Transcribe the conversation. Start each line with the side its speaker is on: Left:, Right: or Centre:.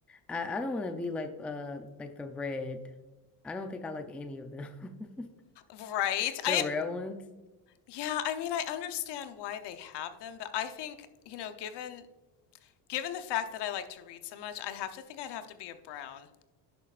Centre: I, I don't want to be like uh like the red. I don't think I like any of them. <laughs>
Left: Right. I
Centre: The rare ones.
Left: yeah, I mean, I understand why they have them, but I think, you know, given Given the fact that I like to read so much, I'd have to think I'd have to be a Brown.